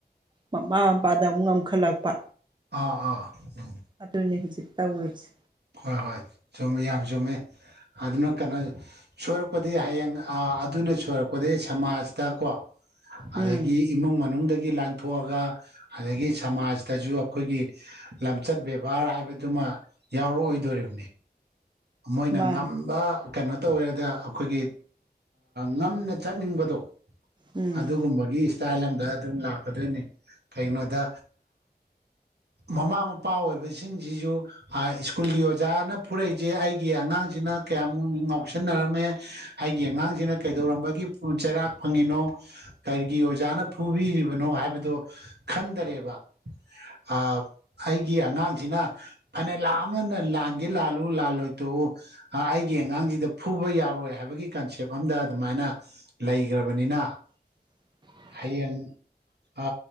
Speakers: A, on the right; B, on the right.
A: ꯃꯃꯥ ꯃꯄꯥꯗ ꯑꯃꯨꯛ ꯉꯝꯈꯠꯂꯛꯄ
B: ꯑꯥ ꯑꯥ ꯎꯝ
A: ꯑꯗꯨꯅꯤ ꯍꯧꯖꯤꯛ ꯇꯧꯔꯤꯁꯤ
B: ꯍꯣꯏ ꯍꯣꯏ ꯆꯨꯝꯃꯦ ꯌꯥꯝ ꯆꯨꯝꯃꯦ ꯑꯗꯨꯅ ꯀꯩꯅꯣ ꯁꯣꯏꯔꯛꯄꯗꯤ ꯍꯌꯦꯡ ꯑꯗꯨ ꯑꯩꯅ ꯁꯣꯏꯔꯛꯄꯗꯤ ꯁꯃꯥꯖꯇ ꯀꯣ
A: ꯎꯝ
B: ꯑꯗꯒꯤ ꯏꯃꯨꯡ ꯃꯅꯨꯡꯗ ꯒꯤ ꯂꯥꯟꯊꯣꯛꯑꯒ ꯑꯗꯒꯤ ꯁꯃꯥꯖꯇꯁꯨ ꯑꯩꯈꯣꯏꯒꯤ ꯂꯝꯆꯠ ꯕꯦꯕꯥꯔ ꯍꯥꯏꯕꯗꯨꯃ ꯌꯥꯎꯔꯛꯑꯣꯏꯗꯣꯔꯤꯕꯅꯤ ꯃꯣꯏꯅ
A: ꯃꯥꯅꯦ
B: ꯉꯝꯕ ꯀꯩꯅꯣ ꯇꯧꯋꯦꯗ ꯑꯩꯈꯣꯏꯒꯤ ꯉꯝꯅ ꯆꯠꯅꯤꯡꯕꯗꯣ
A: ꯎꯝ
B: ꯑꯗꯨꯒꯨꯝꯕꯒꯤ ꯏꯁꯇꯥꯏꯜ ꯑꯝꯗ ꯑꯗꯨꯝ ꯂꯥꯛꯀꯗꯣꯏꯅꯤ ꯀꯒꯤꯅꯣꯗ ꯃꯃꯥ ꯃꯄꯥ ꯑꯣꯏꯕꯁꯤꯡꯁꯤꯁꯨ ꯁ꯭ꯀꯨꯜꯒꯤ ꯑꯣꯖꯥꯅ ꯐꯨꯔꯛꯏ ꯏꯁꯦ ꯑꯩꯒꯤ ꯑꯉꯥꯡꯁꯤꯅ ꯀꯌꯥꯃꯨꯛ ꯉꯥꯎꯁꯤꯟꯅꯔꯝꯃꯦ ꯑꯩꯒꯤ ꯑꯉꯥꯡꯁꯤꯅ ꯀꯩꯗꯧꯔꯝꯕꯒꯤ ꯆꯩꯔꯥꯛ ꯐꯪꯉꯤꯅꯣ ꯀꯔꯤꯒꯤ ꯑꯣꯖꯥꯅ ꯐꯨꯕꯤꯔꯤꯕꯅꯣ ꯍꯥꯏꯕꯗꯣ ꯈꯟꯗꯔꯦꯕ ꯑ ꯑꯩꯒꯤ ꯑꯉꯥꯡꯁꯤꯅ ꯐꯅ ꯂꯥ ꯑꯃꯅ ꯂꯥꯟꯒꯦ ꯂꯥꯜꯂ ꯎ ꯂꯥ ꯂꯣꯏꯇꯣꯛꯎ ꯑꯩꯒꯤ ꯑꯉꯥꯡꯁꯤꯗ ꯐꯨꯕ ꯌꯥꯔꯣꯏ ꯍꯥꯏꯕꯒꯤ ꯀꯟꯁꯦꯞ ꯑꯝꯗ ꯑꯗꯨꯃꯥꯏꯅ ꯂꯩꯈ꯭ꯔꯕꯅꯤꯅ
A: <inaudible>
B: ꯍꯌꯦꯡ ꯑ